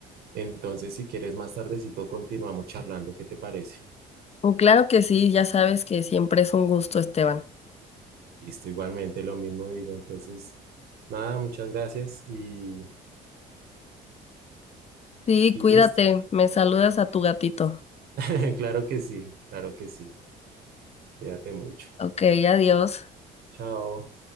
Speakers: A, on the right (about 70°); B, on the left (about 40°).
A: Entonces, si quieres más tardecito, continuamos charlando. ¿Qué te parece?
B: Oh, Claro que sí, ya sabes que siempre es un gusto, Esteban.
A: Listo, igualmente lo mismo digo. Entonces, nada, muchas gracias y,
B: Sí,
A: y
B: cuídate,
A: listo.
B: me saludas a tu gatito.
A: <laughs> Claro que sí, claro que sí. Cuídate mucho.
B: Ok, adiós.
A: Chao.